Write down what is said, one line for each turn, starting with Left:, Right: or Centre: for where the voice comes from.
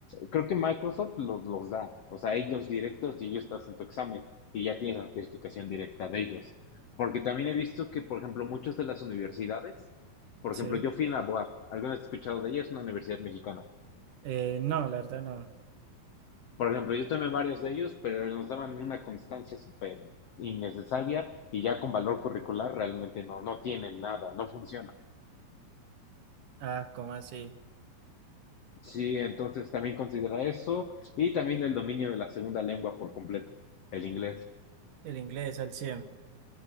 Left: Creo que Microsoft los, los da, o sea, ellos directos y ellos te hacen tu examen y ya tienes la certificación directa de ellos. Porque también he visto que, por ejemplo, muchas de las universidades, por ejemplo,
Right: Sí.
Left: yo fui en la BUAP, ¿alguna vez has escuchado de ella? Es una universidad mexicana.
Right: Eh, no, la verdad no.
Left: Por ejemplo, yo tomé varios de ellos, pero nos daban una constancia súper innecesaria y ya con valor curricular realmente no, no tienen nada, no funciona.
Right: Ah, ¿cómo así?
Left: Sí, entonces también considera eso y también el dominio de la segunda lengua por completo, el inglés.
Right: El inglés al 100.